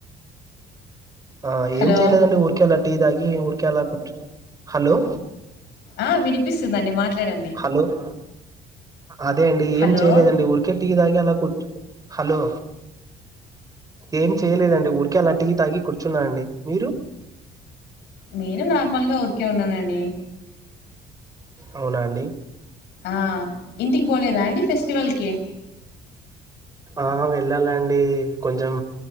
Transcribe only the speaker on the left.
హలో
ఆ వినిపిస్తుందండి మాట్లాడండి
హలో
నేను నార్మల్గా ఊరికే ఉన్నానండి
ఆ ఇంటికి పోలేదా అండి ఫెస్టివల్ కి